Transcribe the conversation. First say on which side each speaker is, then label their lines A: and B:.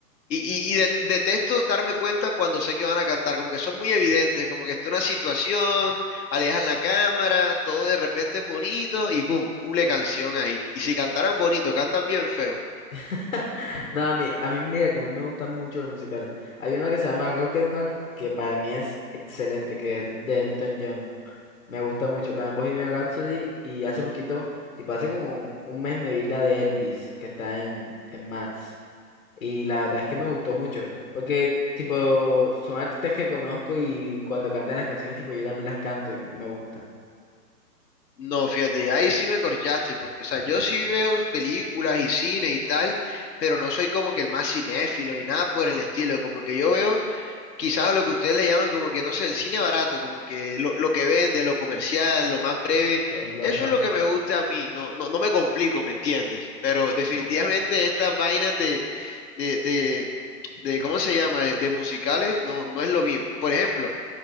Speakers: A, on the left (about 85°); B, on the left (about 55°).
A: Y, y, y de- detesto darme cuenta cuando sé que van a cantar, como que son muy evidentes, como que está una situación, alejan la cámara, todo de repente es bonito y boom, cule canción ahí. Y si cantaran bonito, cantan bien feo.
B: <laughs> No, a mí, a mí mira que a mí me gustan mucho los musicales. Hay una que se llama Rocketman, que para mí es excelente, que es de Elton John. Me gusta mucho. También Bohemian Rhapsody y hace poquito, tipo hace como un mes me vi la de Elvis, que está en, en Max. Y la verdad es que me gustó mucho, porque tipo son artistas que conozco y cuando cantan las canciones, tipo yo también las canto y me gustan.
A: No, fíjate, y ahí sí me corchaste, porque, o sea, yo sí veo películas y cine y tal, pero no soy como que el más cinéfilo ni nada por el estilo, como que yo veo quizás a lo que ustedes le llaman como que, no sé, el cine barato, como que lo, lo que vende, lo comercial, lo más breve.
B: Los Blockbuster.
A: Eso es lo que me gusta a mí, no, no, no me complico, ¿me entiendes? Pero definitivamente estas vainas de, de, de, de ¿cómo se llama? De, de musicales, no, no es lo mío. Por ejemplo,